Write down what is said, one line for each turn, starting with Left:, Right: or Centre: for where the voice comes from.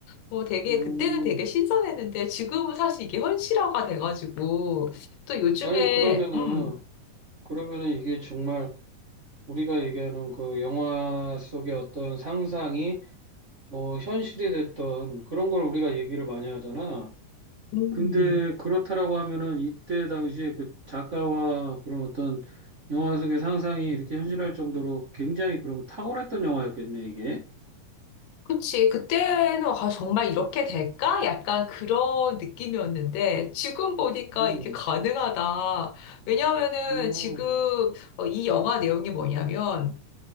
Left: 뭐 되게
Right: 음.
Left: 그때는 되게 신선했는데 지금은 사실 이게 현실화가 돼가지고 또 요즘에
Right: 아니, 그러면은,
Left: 음,
Right: 그러면은 이게 정말 우리가 얘기하는 그 영화 속의 어떤 상상이 뭐 현실이 됐던 그런 걸 우리가 얘기를 많이 하잖아.
Left: 음,
Right: 근데 그렇다라고 하면은 이때 당시에 그 작가와 그런 어떤 영화 속의 상상이 이렇게 현실할 정도로 굉장히 그러면 탁월했던 영화였겠네, 이게.
Left: 그치. 그때는 아, 정말 이렇게 될까? 약간 그런 느낌이었는데 지금 보니까
Right: 음,
Left: 이게 가능하다. 왜냐하면은
Right: 음,
Left: 지금 어, 이 영화 내용이 뭐냐면